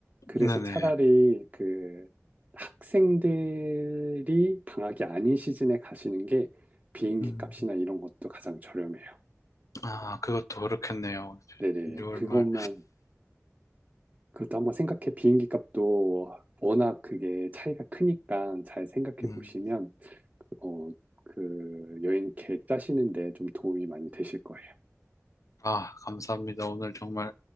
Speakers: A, on the right (about 25°); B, on the left (about 80°).
A: 그래서
B: 네네.
A: 차라리 그 학생들이 방학이 아닌 시즌에 가시는 게 비행기
B: 음,
A: 값이나 이런 것도 가장 저렴해요.
B: 아, 그것도 그렇겠네요.
A: 네네,
B: 6월
A: 그것만,
B: 말.
A: 그것도 한번 생각해. 비행기 값도 워낙 그게 차이가 크니까 잘 생각해
B: 음.
A: 보시면, 어, 그 여행 계획 짜시는데 좀 도움이 많이 되실 거예요.
B: 아, 감사합니다. 오늘 정말